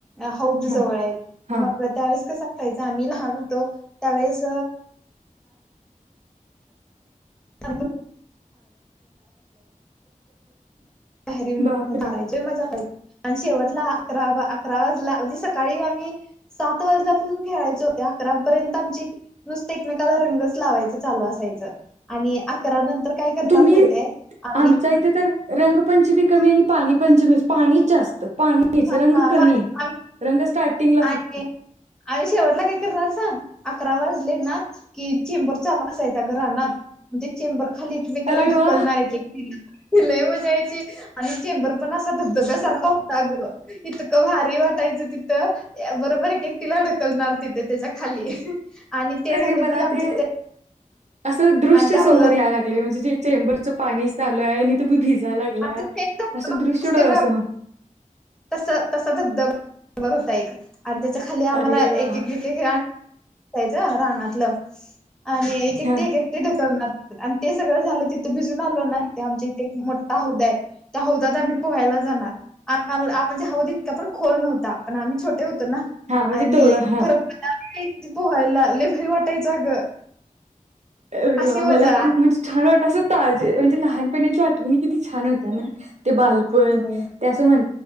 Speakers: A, in the centre; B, on the right.
A: हौद जवळ
B: हा
A: आहेत
B: हा.
A: मग त्यावेेळेस कसं सायचं आम्ही लहान होतो त्यावेळेस <inaudible> तरीन
B: बापरे
A: म मारायची मजा कयची आणि शेवटला अकरा अकरा वाजला म्हणजे सकाळी आम्ही सात वाजलापासून खेळायचो होत अकरापर्यंत आमची नुसत एकमेकाला रंगच लावायचं चालू असायचं आणि अकरा नंतर काय करणार
B: तुम्ही
A: माहितीये आम्ही
B: आमच्या इथे तर रंगपंचमी कमी आणि पाणी पंचमी पाणीच जास्त पाणीच
A: हा
B: रंग
A: हा
B: कमी
A: चालेल
B: आहे
A: आम्ही
B: रंग स्टार्टिंगला
A: आणि
B: फक्त
A: आम्ही शेवटला काय करणार सांग अकरा वाजले ना की चेंबर चालू असायचा ग रानात म्हणजे चेंबर खाली एकमेकाला
B: अरे
A: ढकलणार
B: वा
A: एक एक लय मजा यायची. आणि चेंबर पण असा धबधब्यासारखा होता ग. इतक भारी वाटायचं तिथं बरोबर एक एकटीला ढकलणार तिथे त्याच्या खाली. आणि ते
B: अरे
A: झालं
B: मला
A: की आमच्या
B: ते असं दृश्य
A: आणि त्या
B: समोर
A: हौदात
B: या लागले म्हणजे जे चेंबरचं पाणी चालू आहे. आणि तुम्ही भिजा लागलाय
A: धब <unintelligible>
B: असं दृश्य
A: असते
B: डोळ्यासमोर
A: तस तसा धबधबा नबर होता एक आणि त्याच्या खाली आम्हाला
B: अरे वा
A: एक एकएक <unintelligible> ररानातलं आणि एक एकटी
B: हा
A: एक एकटी ढकलणार. आणि ते सगळं झालं तिथं भिजून आलो ना, ते आमच्या इथे एक मोठा हौदा आहे त्या हौदात आम्ही पोहायला जाणार आम्हालाणे हाऊद इतका पण खोल नव्हता. पण आम्ही छोटे छोटं होत ना
B: हा म्हणजे
A: पण
B: तेवढं हा
A: खरं <unintelligible> पोहायला लय भारी वाटायचं अगं.
B: र
A: अशी
B: वा
A: मजा
B: मला खूप म्हणजे छान वाटलं असं ताजे म्हणजे लहान पच्या आठवणी किती छान होत्या ना ते बालपण
A: होय
B: ते अस म्हण